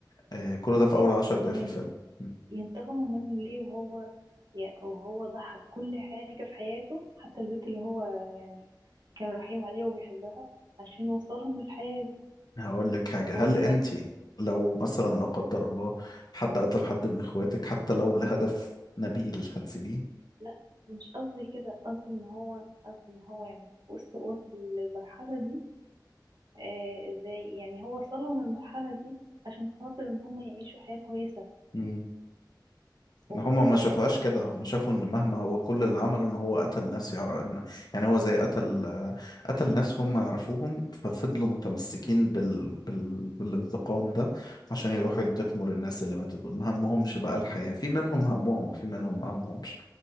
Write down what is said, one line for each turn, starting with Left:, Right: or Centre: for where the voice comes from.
Left: آه، كل
Right: طب
Left: ده في
Right: ي-
Left: اول 10
Right: طب ثواني
Left: دقائق في الفيلم م.
Right: ينتقموا منه ليه وهو يعني وهو ضحى بكل حاجة في حياته حتى البنت اللي هو يعني كان رحيم عليها وبيحبها عشان يوصلهم للحياة دي
Left: هقول لك حاجه
Right: هو
Left: هل
Right: دلوقتي
Left: انت لو مثلا لا قدر الله حد قتل حد من اخواتك حتى لو لهدف نبيل هتسيبيه؟
Right: لا مش قصدي كده قصدي ان هو قصدي ان هو يعني وصل وصل للمرحلة دي آه ازاي يعني هو وصلوا من المرحلة دي عشان خاطر ان هم يعيشوا حياة كويسة
Left: ها
Right: و
Left: ما هما ما شافوهاش كده هما شافوا ان مهما هو كل اللي عمله ان هو قتل ناس يعرف إن يعني هو زي قتل قتل ناس هم يعرفوهم ففضلوا متمسكين بال... بال... بالانتقام ده عشان
Right: م-
Left: يروحوا
Right: م-
Left: ينتقموا
Right: م-
Left: للناس اللي ماتوا دول ما همهمش بقى الحياة في منهم همهم وفي منهم ما همهمش